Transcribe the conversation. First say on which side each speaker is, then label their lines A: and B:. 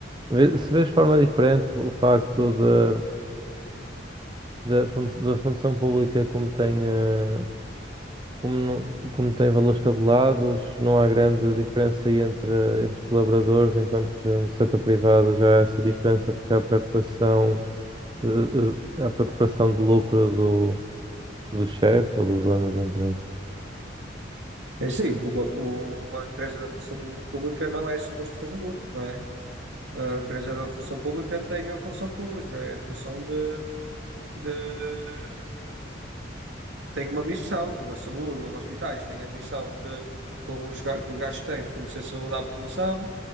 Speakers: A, on the right (about 25°); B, on the right (about 75°).
A: Vê- Se vês de forma diferente o facto da da fun- da função pública como tem, eh, como, não- como tem valores tabelados, não há grande diferença aí entre, entre os colaboradores, enquanto que no setor privado já há essa diferença porque há preocupação, eh, eh, há preocupação de lucro do, do chefe ou do dono da empresa.
B: É sim, uma, uma empresa da função pu- pública não é suposto fazer lucro, não é? A empresa da função pública tem a função pública, é a função de, de- tem uma missão, a saúde, os hospitais têm a missão de, com os ga- com o gasto que têm, fornecer saúde à população,